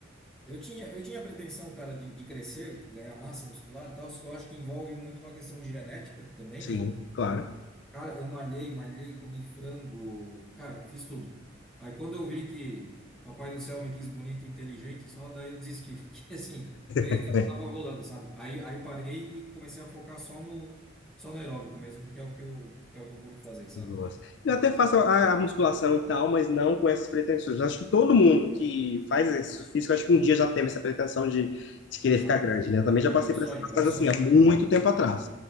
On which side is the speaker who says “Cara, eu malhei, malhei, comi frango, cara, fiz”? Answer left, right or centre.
Centre